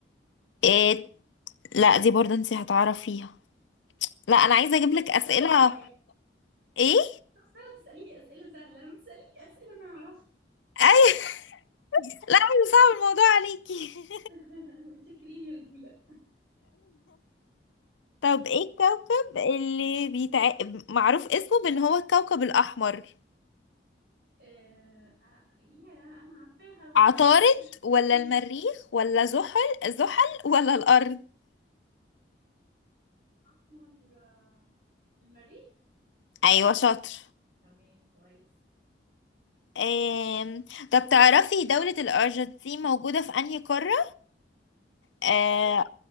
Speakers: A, on the left (about 85°); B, on the right (about 60°).
A: إيه... لا دي برضو انت هتعرفيها لا انا عايزة اجيب
B: ليه
A: لك اسئلة
B: اسئله انا عارفاها
A: ايه
B: انا تساليني اسئله سهله ما تساليني اسئله انا اعرفها
A: اي <laughs> لا انا صعب الموضوع عليكي <laughs>
B: <laughs> متشكرين يا رجوله
A: طب ايه الكوكب اللي بيتع... معروف اسمه بان هو الكوكب الاحمر
B: آه آه، يا انا عارفاها بس
A: عطارد
B: مش فاكرة
A: ولا
B: اسمه
A: المريخ ولا زحل زحل ولا الأرض
B: استحمر آه، المريخ
A: أيوة شاطر
B: تمام كويس
A: آم... طب تعرفي دولة الأرجنتين موجودة في أنهي قارة؟ آه...
B: ايوه